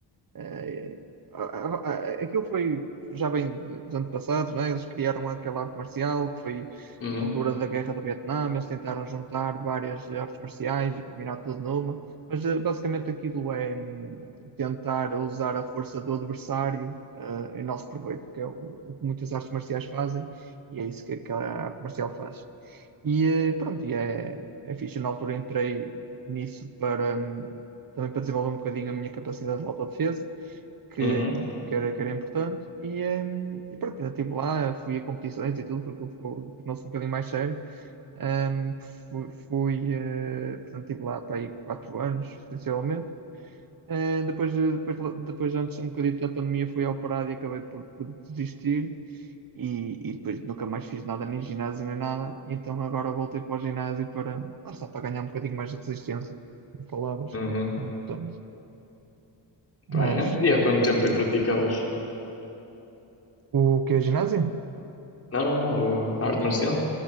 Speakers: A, on the right; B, on the left.
A: eh, a- a- a- aquilo foi já bem dos antepassados, né? Eles criaram aquela arte marcial que foi
B: Uhum,
A: na altura da Guerra do Vietnã. Eles tentaram juntar várias artes marciais e combinar tudo numa, mas eh, basicamente aquilo é hum, tentar usar a força do adversário eh, em nosso proveito, que é o, o que muitas artes marciais fazem, e é isso que aquela arte marcial faz. E eh, pronto, e é, é fixe. Eu, Na altura entrei nisso para hum, também para desenvolver um bocadinho a minha capacidade de autodefesa, que,
B: uhum,
A: que era, que era importante. E, hum, e pronto, ainda estive lá, fui a competições e tudo, porque ficou, tornou-se um bocadinho mais sério. Hum, fui, fui, eh, portanto, estive lá para aí quatro anos, essencialmente. Eh, depois, eh, depois, depois, antes, um bocadinho da pandemia, fui ao parado e acabei por, por desistir. E, e depois nunca mais fiz nada, nem ginásio, nem nada. Então agora voltei para o ginásio para, lá está, para ganhar um bocadinho mais de resistência. Como falavas,
B: uhum.
A: que é importante. Mas
B: Pá, é. E há quanto tempo é que praticavas?
A: o que é ginásio?
B: Não, não, não. o- A arte marcial?